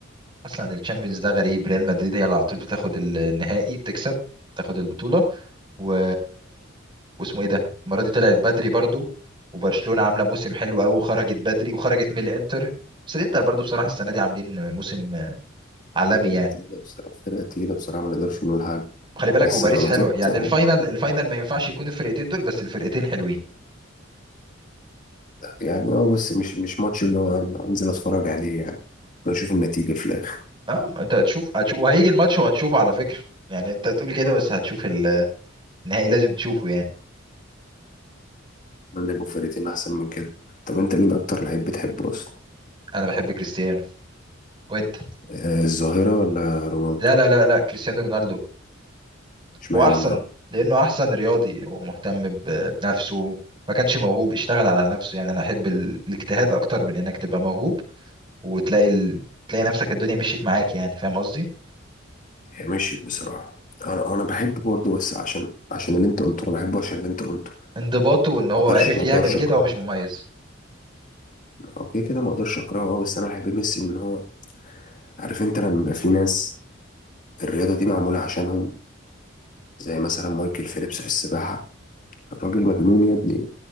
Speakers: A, on the right (about 25°); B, on the left (about 40°).
A: اصلا الشامبيونز ده غريب ريال مدريد هي اللي على طول بتاخد النهائي بتكسب تاخد البطوله و... واسمه ايه ده المره دي طلعت بدري برضو وبرشلونه عامله موسم حلو قوي وخرجت بدري وخرجت من الانتر بس الانتر برضو بصراحه السنه دي عاملين موسم عالمي
B: فرقه
A: يعني
B: تقيله بصراحه فرقه تقيله بصراحه ما نقدرش نقول حاجه
A: خلي بالك
B: بس
A: وباريس
B: غلطات
A: حلوه يعني الفاينل
B: آه،
A: الفاينل ما ينفعش يكون الفرقتين دول بس الفرقتين حلوين
B: يعني اه بس مش مش ماتش اللي هو أن- انزل اتفرج عليه يعني بنشوف النتيجه في الاخر
A: اه انت هتشوف هتشوف وهيجي الماتش وهتشوفه على فكره يعني انت تقول كده بس هتشوف النهائي لازم تشوفه يعني
B: اتمنى يبقوا فرقتين احسن من كده طب انت مين اكتر لعيب بتحبه اصلا
A: انا بحب كريستيانو وانت
B: آه الظاهره ولا رونالدو
A: لا لا لا لا كريستيانو رونالدو
B: اشمعنى
A: هو احسن
B: بقى
A: لانه احسن رياضي ومهتم ب- بنفسه ما كانش موهوب اشتغل على نفسه يعني انا احب ال... الاجتهاد اكتر من انك تبقى موهوب وتلاقي ال... تلاقي نفسك الدنيا مشيت معاك يعني فاهم قصدي
B: هي مشيت بصراحة انا انا بحب برضه بس عشان عشان اللي انت قلته انا بحبه عشان اللي انت قلته
A: انضباطه وان هو
B: ما اقدرش
A: عرف
B: ما
A: يعمل
B: اقدرش
A: كده
B: اكرهه
A: هو مش مميز
B: اوكي كده ما اقدرش اكرهه اه بس انا بحب ميسي ان هو عارف انت لما يبقى في ناس الرياضة دي معمولة عشانهم زي مثلا مايكل فيليبس في السباحة الراجل مجنون يا ابني